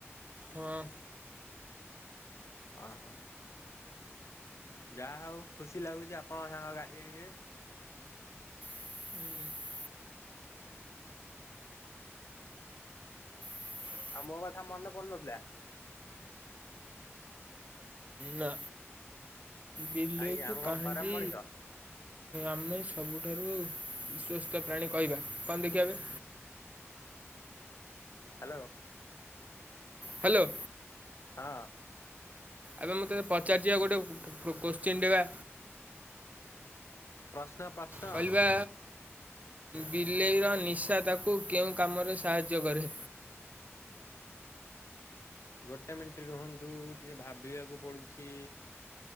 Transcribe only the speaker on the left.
ହ ହୋ। ଯାହା ହେଉ ଖୁସି ଲାଗୁଛି ଆପଣଙ୍କ ସାଙ୍ଗ ଗାଡ଼ି ଆଣିବେ।
ଆଉ ମୋ କଥା ମନେ ପଡୁନଥିଲା।
କାହିଁକି ଆମେ କଣ
ଖରାପ ମଣିଷ
ହ୍ୟାଲୋ।
ହଁ।
ପ୍ରଶ୍ନ ପ୍ରଶ୍ନ
ଗୋଟେ ମିନଟ ରୁହନ୍ତୁ ଟିକେ ଭାବିବାକୁ ପଡ଼ୁଛି।